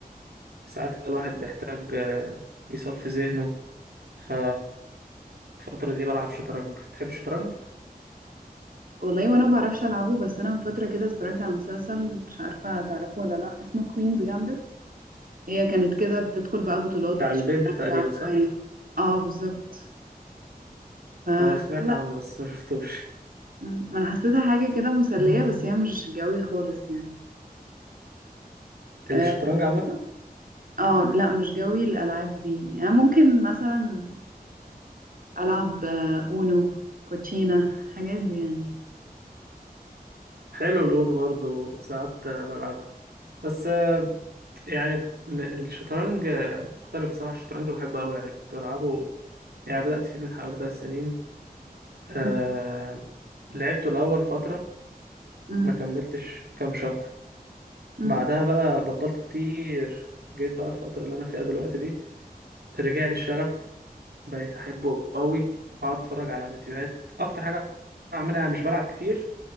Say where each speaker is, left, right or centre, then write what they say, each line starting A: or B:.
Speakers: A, on the right; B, on the right.
A: ساعات كده الواحد بيحتاج آه، يصفي ذهنه ف الفترة دي بلعب شطرنج بتحب الشطرنج؟
B: والله وانا ما بعرفش العبه بس انا من فتره كده اتفرجت على مسلسل مش عارفه هتعرفه ولا لا اسمه كوينز جامبت هي كانت كده بتدخل بقى بطولات
A: بتاع البنت
B: شطرنج
A: تقريبا صح؟
B: عالمية. اه بالظبط فحسيتها
A: اه سمعت عنه بس ما شفتوش
B: مم، ما انا حسيتها حاجه كده مسليه بس هي مش جوي خالص يعني
A: الشطرنج
B: اه
A: عامة
B: آه، لا مش جوي الالعاب دي يعني ممكن مثلا العب اونو كوتشينا الحاجات دي يعني
A: حلو الأونو برضه ساعات آه، بلعبه بس يعني م- الشطرنج آه، مختلف بصراحة الشطرنج بحبه أوي يعني كنت بلعبه يعني بدأت فيه من حوالي ثلاث سنين آه...
B: مم،
A: لعبته الأول فترة
B: مم،
A: ما كملتش كام شهر
B: مم.
A: بعدها بقى بطلته كتير جيت بقى الفترة اللي أنا فيها دلوقتي دي رجع لي الشغف بقيت أحبه أوي وأقعد أتفرج على فيديوهات أكتر حاجة بعملها مش بلعب كتير